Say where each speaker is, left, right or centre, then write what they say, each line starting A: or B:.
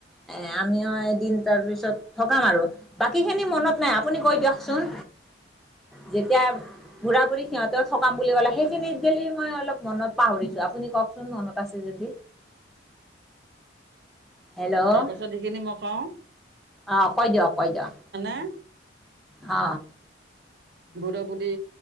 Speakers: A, in the centre; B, on the right.
A: এ আমিও এদিন তাৰ পিছত থগাম আৰু বাকী খিনি মনত নাই আপুনি কৈ দিয়ক চোন যেতিয়া বুঢ়া বুঢ়ী সিহঁতেও থগাম বুলি ক'লে সেইখিনিত গ'লে মই অলপ মনত পাহৰিছোঁ আপুনি কওক চোন মনত আছে যদি হেল্ল'
B: তাৰপাছত সেইখিনি মই কওঁ
A: অ কৈ দিয়ক কৈ দিয়ক
B: হে
A: অ
B: বুঢ়া বুঢ়ী